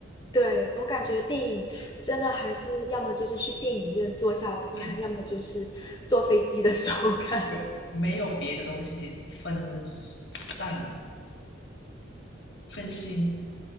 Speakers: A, on the left; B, on the left.
A: 对，总感觉电影真的还是要么就是去电影院坐下来看，
B: 对
A: 要么就是坐飞机的时候 <laughs> 看。
B: 对，没有别的东西分散分心，